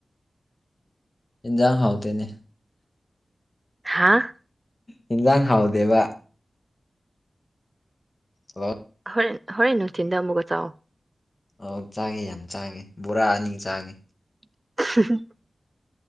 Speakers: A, on the left; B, on the right.
A: ꯏꯟꯖꯥꯡ ꯍꯥꯥꯎꯇꯅꯦ
B: ꯍꯥꯥ
A: ꯌꯦꯟꯖꯥꯡ ꯍꯥꯎꯗꯦꯕ ꯍꯜꯂꯣ
B: ꯍꯣꯔꯦꯟ ꯍꯣꯔꯦꯟ ꯅꯨꯡꯊꯤꯟꯗ ꯑꯃꯨꯛꯀ ꯆ
A: ꯑ ꯆꯥꯒꯦ ꯌꯥꯝ ꯆꯥꯒꯦ ꯕꯣꯔꯥ ꯑꯅꯤ ꯆꯥꯒꯦ
B: <unintelligible>